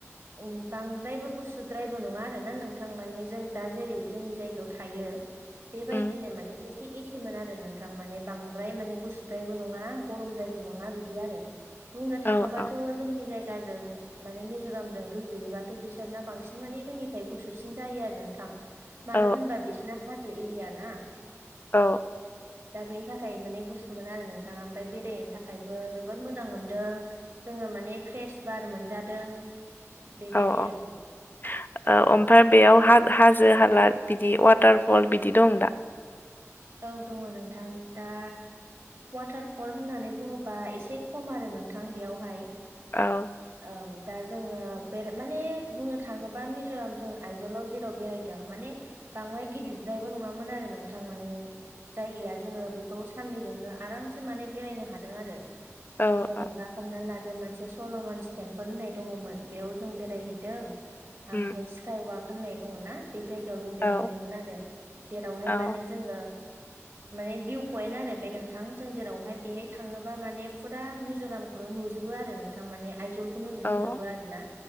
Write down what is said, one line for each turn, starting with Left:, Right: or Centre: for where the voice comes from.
Right: उम बांद्रायबो गुसुद्रायबो नङा आरो ना नोंथां माने जों दा जेरै जोंनि जायगायाव था थायो बेबायदिनो
Left: उम
Right: माने <unintelligible> एखेमोन आरो नोंथां माने बांद्राय माने गुसुद्रायबो नङा गरमद्रायबो नङा बिदि आरो बुंनो थाङोबा
Left: औ औ
Right: थ' जोंनि जायगाजों माने मिज'रामजों रुजुयोबाथ' बिसोरना बांसिन माने जोंनि <unintelligible> गुसुसिन जायो आरो नोंथां मानो
Left: औ
Right: होनबा बिसोरना हाजो एरिया ना
Left: औ
Right: <inaudible> दा बेनि थाखाय माने गुसुमोन आरो नोंथाङा ओमफाय बेरायनो थाखायबो जोबोर मोजां मोनदों जोङो माने फ्रेस बार मोनजादों बेबायदि
Left: औ औ ओ
Right: आरो
Left: अमफाय बेयाव हा हाजो हाला बिदि वाटारफल बिदि दं दा
Right: औ दङ' नोंथां दा वाथारफल होननानै बुङोबा एसे खम आरो नोंथां बेयावहाय
Left: औ
Right: औ दा जोङो बेर माने बुंनो थाङोबा मिज'राम जों आयजलाव जेराव बेराय दों माने बांद्राय गिद्रायबो नङामोन आरो नोंथां माने जायगाया जोङो बेखौ साननैजोंनो आरामसे माने बेरायनो हादों आरो
Left: औ
Right: जेनेबा
Left: औ
Right: हमनानै लादों मोनसे सल'मानस टेम्पोल होननाय दङमोन बेयाव जों बेरायहैदों
Left: उम
Right: ओमफ्राय स्काइवाख होननाय दङ ना बे जायगायाव जों बेरायहैदोंमोन
Left: औ
Right: आरो जेरावहाय
Left: औ
Right: माने जोङो माने भिउ पइन्ट आरो बे नोंथां जों जेरावहाय बेहाय थाङोबा माने फुरा मिज'रामखौ खौनो नुजोबो आरो नोंथां माने आइजलखौनो नुहरजोबो
Left: औ
Right: आरोना